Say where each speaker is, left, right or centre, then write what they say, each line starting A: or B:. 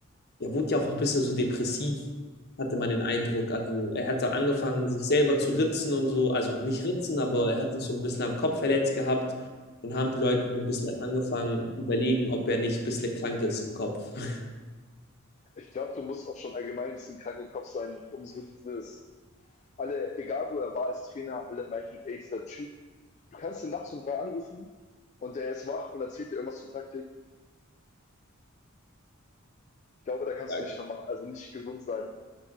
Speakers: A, on the left; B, on the left.
A: Er wurde ja auch ein bisschen so depressiv, hatte man den Eindruck. Also er hat dann angefangen, sich selber zu ritzen und so. Also nicht ritzen, aber er hat sich so ein bisschen am Kopf verletzt gehabt. Und haben die Leute so ein bisschen angefangen zu überlegen, ob er nicht ein bisschen krank ist im Kopf. <laughs>
B: Ich glaube, du musst auch schon allgemein ein bisschen krank im Kopf sein, um so dieses. Alle, egal wo er war als Trainer, alle meinten, ey, dieser Typ, du kannst ihn nachts um drei anrufen und der ist wach und erzählt dir irgendwas zur Taktik. Ich glaube, da kannst
A: Ja,
B: du nicht normal, also nicht gesund sein.